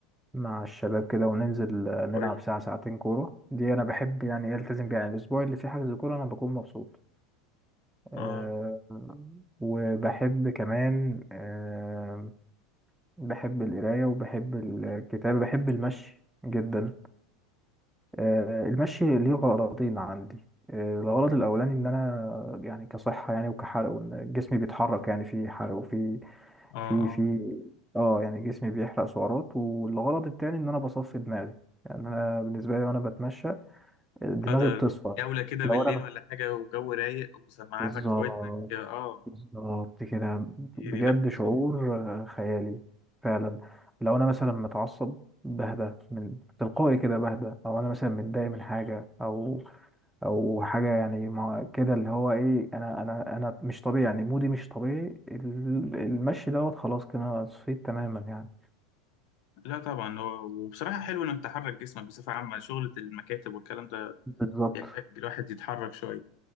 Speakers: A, in the centre; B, on the left (about 60°).
A: مع الشباب كده وننزل آه، نلعب
B: كويس
A: ساعة ساعتين كورة دي أنا بحب يعني إيه ألتزم بيها يعني الأسبوع اللي فيه حجز كورة أنا بكون مبسوط أه
B: اه
A: وبحب كمان أه بحب القراية وبحب الكتابة بحب المشي جدا آه، المشي ليه غرضين عندي آه، الغرض الاولاني ان انا يعني كصحه يعني وكحرق وان جسمي بيتحرك يعني في حرق وفي
B: اه
A: في
B: آه.
A: في اه يعني جسمي بيحرق سعرات والغرض التاني ان انا بصفي دماغي يعني انا بالنسبه لي وانا بتمشى آه، دماغي
B: اه ده
A: بتصفى
B: جولة كده
A: لو
B: بالليل
A: انا ب-
B: ولا حاجة وجو رايق وسماعاتك
A: بالظبط
B: في ودنك اه
A: بالظبط كده
B: ريلاكسيشن
A: بجد شعور
B: خطير
A: آه، خيالي فعلا لو انا مثلا متعصب بهدى من تلقائي كده بهدى او انا مثلا متضايق من حاجه او او حاجه يعني ما كده اللي هو ايه انا انا انا مش طبيعي يعني مودي مش طبيعي ال- المشي دوت خلاص كده أنا صفيت تماما يعني
B: لا طبعا هو وبصراحة حلو انك تحرك جسمك بصفة عامة شغلة المكاتب والكلام ده
A: بالظبط
B: يحتاج الواحد يتحرك شوية